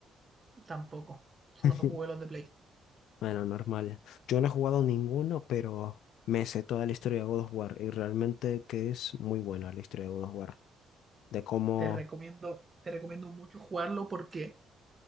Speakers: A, on the right; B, on the left.
A: Tampoco, solo
B: <laughs>
A: me jugué los de Play.
B: Bueno, normal. Yo no he jugado ninguno, pero me sé toda la historia de God of War y realmente que es muy buena la historia de God of War. De cómo...
A: Te recomiendo, te recomiendo mucho jugarlo porque